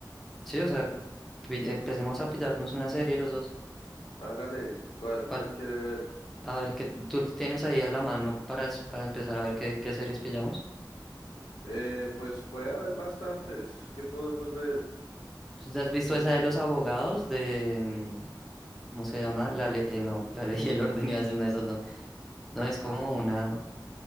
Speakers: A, in the centre; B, on the left (about 75°).
A: Sí, o sea, pi- empecemos a pillarnos una serie los dos.
B: Hágale, ¿cuál,
A: ¿Cuál?
B: cuál quiere ver?
A: A ver, ¿qué tú tienes ahí a la mano para, es- para empezar a ver qué, qué series pillamos?
B: Eh, pues puede haber bastantes. ¿Qué podemos ver?
A: ¿Tú te has visto
B: Eh,
A: esa de los abogados de. mm, ¿Cómo se llama? La ley. eh, no, la ley y el orden iba haciendo eso no. No, es como una.